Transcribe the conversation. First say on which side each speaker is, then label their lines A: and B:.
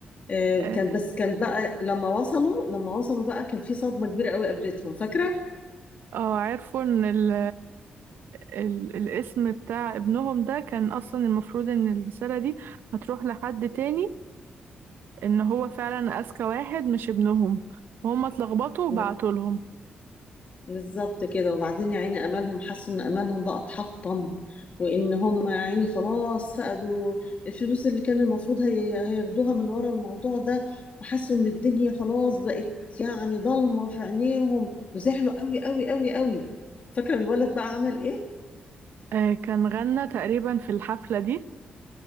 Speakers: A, on the left; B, on the right.
A: آه، كان
B: آه،
A: بس كان بقى لما وصلوا لما وصلوا بقى كان في صدمة كبيرة قوي قابلتهم فاكرة؟
B: اه عرفوا ان ال ال الاسم بتاع ابنهم ده كان اصلا المفروض ان الرسالة دي هتروح لحد تاني ان هو فعلا اذكى واحد مش ابنهم وهم اتلخبطوا وبعتوا
A: مم.
B: لهم
A: بالظبط كده وبعدين يا عيني امالهم حسوا ان امالهم بقى اتحطم وان هم يا عيني خلاص فقدوا الفلوس اللي كان المفروض هي هياخدوها من ورا الموضوع ده وحسوا ان الدنيا خلاص بقت يعني ضلمه في عينيهم وزعلوا قوي قوي قوي قوي فاكره الولد بقى عمل ايه
B: آه كان غنى تقريبا في الحفلة دي